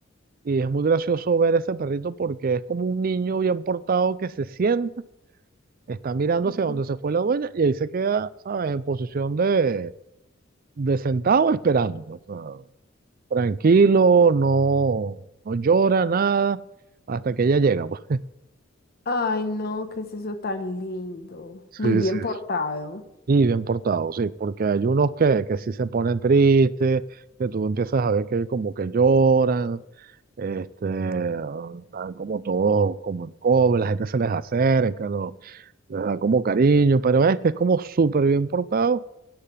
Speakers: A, on the right; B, on the left.
A: y es muy gracioso ver ese perrito porque es como un niño bien portado que se sienta, está mirando
B: Ujú.
A: hacia donde se fue la dueña y ahí se queda, ¿sabes?, en posición de, de sentado esperando, pues, ah, tranquilo, no, no llora nada hasta que ella llega, pues.
B: Ay, no, qué es eso tan lindo. Muy
A: Sí,
B: bien
A: sí.
B: portado.
A: Y bien portado, sí, porque hay unos que, que sí se ponen tristes, que tú empiezas a ver que como que lloran, este, están como todos como en cobre, la gente se les acerca, los, les da como cariño, pero este es como súper bien portado